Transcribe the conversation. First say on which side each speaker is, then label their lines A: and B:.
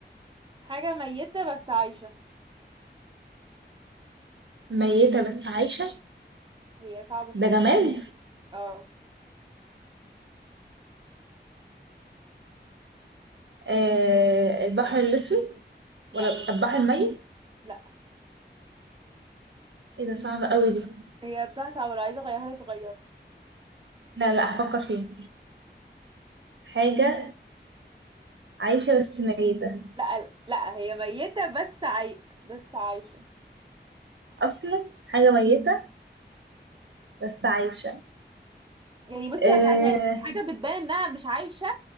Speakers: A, on the right; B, on the right.
A: حاجة ميتة بس عايشة
B: ميته بس عايشه
A: هي صعبة شوية
B: ده جماد
A: اه
B: آه البحر الاسود
A: لا
B: ولا البحر الميت
A: لا
B: ايه ده صعب قوي دي
A: هي بصراحة صعبة لو عايزة اغيرها تغيرها
B: لا لا هفكر فيها حاجه عايشه بس ميته
A: لا لا هي ميتة بس عاي... بس عايشة
B: اصلا حاجه ميته بس عايشة
A: يعني بصي
B: آه
A: هسألها لك حاجة بتبان انها مش عايشة